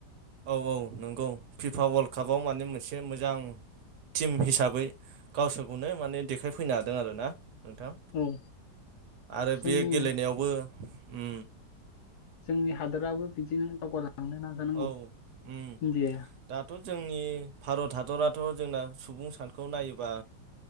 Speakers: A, on the right; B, on the left.
A: औ औ नोंगौ फिफा वर्ल्ड कापाव माने मोनसे मोजां टिम हिसाबै गावसोरखौनो माने देखायफैनो हादों आरो ना। नोंथां
B: औ
A: आरो
B: जोंनि
A: बे गेलेनायावबो उम
B: जोंनि हादोराबो बिदिनो दावगालांनो नाजानांगौ
A: औ उम
B: इन्डियाया।
A: दाथ' जोंनि भारत हादराथ' जोंना सुबुं सानखोआव नायोबा